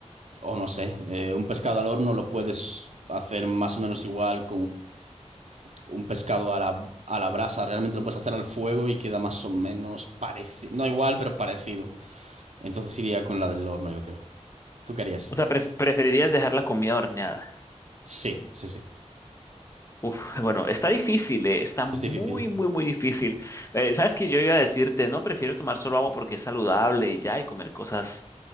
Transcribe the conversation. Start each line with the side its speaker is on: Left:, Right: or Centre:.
Right: o no sé, eh, un pescado al horno lo puedes hacer más o menos igual un pescado a la, a la brasa, realmente lo puedes hacer al fuego y queda más o menos parecido, no igual, pero parecido. Entonces iría con la del horno, yo creo. ¿Tú querías?
Left: O sea, pref- preferirías dejar la comida horneada.
Right: Sí, sí, sí.
Left: Uf, bueno, está difícil, eh, Está muy,
Right: Es difícil.
Left: muy, muy difícil. Eh, sabes que yo iba a decirte, no, prefiero tomar solo agua porque es saludable y ya, y comer cosas